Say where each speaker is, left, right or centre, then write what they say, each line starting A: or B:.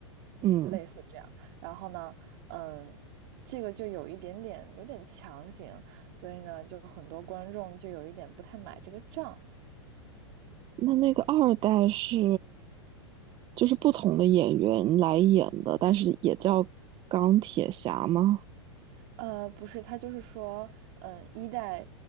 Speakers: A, on the right; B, on the right.
A: 嗯，
B: 类似这样，然后呢，嗯。这个就有一点点有点强行，所以呢，就很多观众就有一点不太买这个账。
A: 那那个二代是就是不同的演员来演的，但是也叫钢铁侠吗？
B: 呃，不是，他就是说，嗯，一代